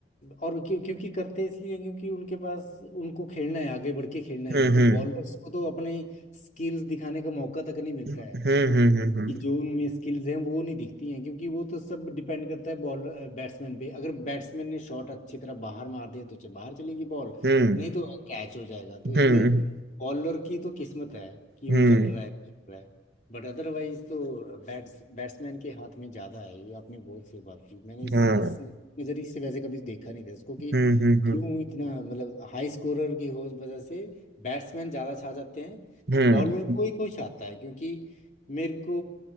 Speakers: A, on the left; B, on the right.
A: और क्यों क्योंकि करते हैं इसलिए हैं क्योंकि उनके पास उनको खेलना है आगे बढ़ के खेलना ही
B: हम्म
A: है तो
B: हम्म
A: बॉलर्स को तो अपने स्किल्स दिखाने का मौका तक नहीं मिलता
B: हम्म
A: है
B: हम्म
A: कि जो उनमें स्किल्स हैं वो नहीं दिखती हैं क्योंकि वो तो सब डिपेंड करता है बॉल बैट्समैन पे अगर बैट्समैन ने शॉट अच्छी तरह बाहर मार दिया तो च- बाहर चलेगी बॉल
B: हम्म
A: नहीं तो कैच हो जाएगा तो इसमें
B: हम्म हम्म
A: बॉलर की तो किस्मत है कि
B: हम्म
A: वो चल रहा है चल रहा है बट अदरवाइज तो बैट्स बैट्समैन के हाथ में ज़्यादा है ये आपने बहुत सही बात की मैंने इस
B: हाँ
A: इस नज़रिए से वैसे कभी देखा नहीं था इसको कि
B: हम्म हम्म
A: क्यों इतना मतलब हाई स्कोरर की हो वजह से बैट्समैन ज़्यादा छा जाते हैं
B: हम्म
A: बॉलर को ही कोई छाता है क्योंकि मेरे को